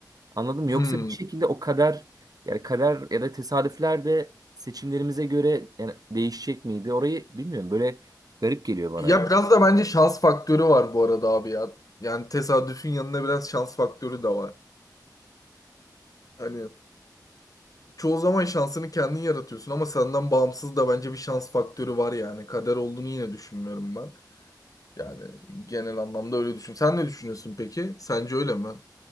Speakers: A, on the right; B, on the left.
A: Anladım mı?
B: Hmm.
A: Yoksa bir şekilde o kader yani kader ya da tesadüfler de seçimlerimize göre yani değişecek miydi? Orayı bilmiyorum böyle garip geliyor bana
B: Ya
A: ya.
B: biraz da bence şans faktörü var bu arada abi ya. Yani tesadüfün yanında biraz şans faktörü de var. Hani çoğu zaman şansını kendin yaratıyorsun ama senden bağımsız da bence bir şans faktörü var yani. Kader olduğunu yine düşünmüyorum ben. Yani genel anlamda öyle düşün. Sen ne düşünüyorsun peki? Sence öyle mi?